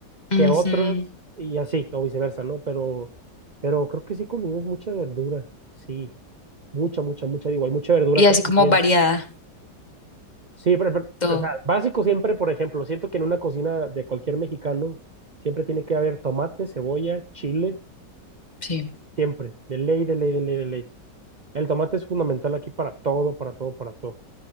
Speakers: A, on the left; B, on the right.
A: Ujú.
B: que a otros y así, o viceversa, ¿no? Pero, pero creo que sí consumimos mucha verdura, sí, mucha, mucha, mucha, digo, hay mucha verdura
A: Y
B: acá
A: así
B: también.
A: como variada,
B: Sí, pero, pero,
A: todo.
B: o sea, básico siempre, por ejemplo, siento que en una cocina de cualquier mexicano siempre tiene que haber tomate, cebolla, chile,
A: Sí.
B: siempre, de ley, de ley, de ley, de ley. El tomate es fundamental aquí para todo, para todo, para todo.